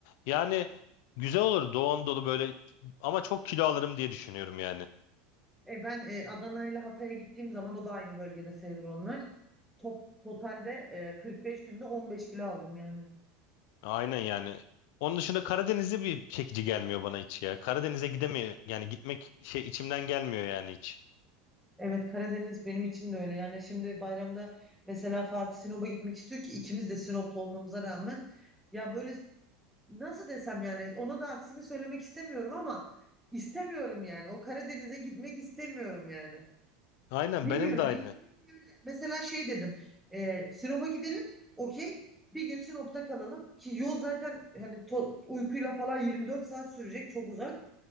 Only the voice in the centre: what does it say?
E ben e, Adana ile Hatay'a gittiğim zaman o da aynı bölgede sayılır onlar. Top, totalde e, 45 günde 15 kilo aldım yani.
Evet Karadeniz benim için de öyle. Yani şimdi bayramda mesela Fatih Sinop'a gitmek istiyor ki ikimiz de Sinoplu olmamıza rağmen. Ya böyle nasıl desem yani ona da aksini söylemek istemiyorum ama istemiyorum yani. O Karadeniz'e gitmek istemiyorum yani.
Bilmiyorum
gezecek bir yer- Mesela şey dedim. E, Sinop'a gidelim. Okey. Bir gün Sinop'ta kalalım. Ki yol zaten hani to- uykuyla falan 24 saat sürecek. Çok uzak.